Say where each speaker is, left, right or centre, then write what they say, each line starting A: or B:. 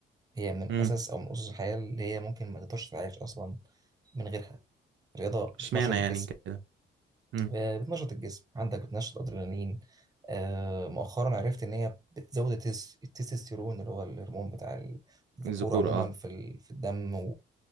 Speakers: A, on the right; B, on the right.
A: هي من
B: امم
A: اساس او من اسس الحياة اللي هي ممكن ما تقدرش تعيش اصلا من غيرها الرياضة بتنشط
B: اشمعنى
A: الجسم
B: يعني كده امم
A: آه، بتنشط الجسم عندك بتنشط ادرينالين آه، مؤخرا عرفت ان هي بتزود التس- التستوستيرون اللي هو الهرمون بتاع الذكور
B: الذكور
A: عموما
B: اه
A: في ال- في الدم